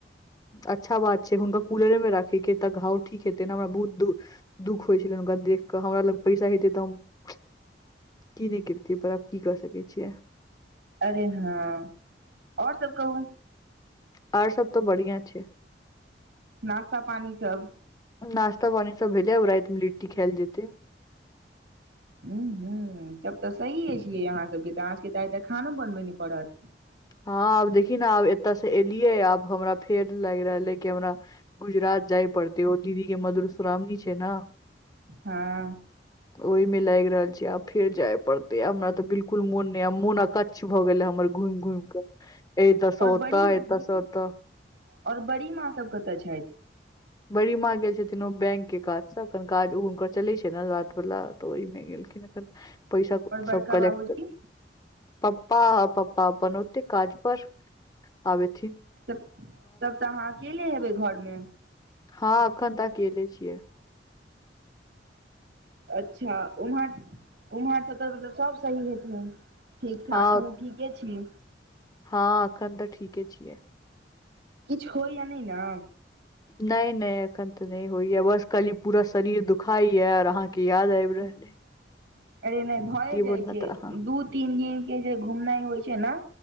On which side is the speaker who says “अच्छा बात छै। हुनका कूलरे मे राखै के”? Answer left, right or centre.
Left